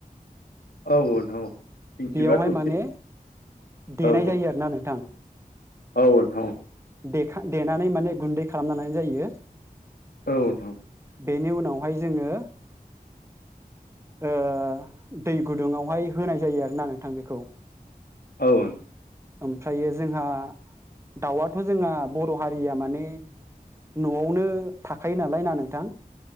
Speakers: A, on the left (about 85°); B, on the right (about 15°).
A: औ <unintelligible> मिथिबा
B: बेयावहाय
A: थौसे
B: माने देनाय
A: औ
B: जायो आरोना नोंथां
A: औ थां औ
B: देखां देनानै माने गुन्दै खालाम लानाय जायो
A: औ <unintelligible>
B: बेनि उनावहाय जोङो ओ दै गुदुङावहाय होनाय जायो आरोना नोंथां बेखौ
A: औ
B: ओमफ्रायो जोंहा दाउआथ' जोंहा बर' हारिया माने न'आवनो थाखायो नालाय ना नोंथां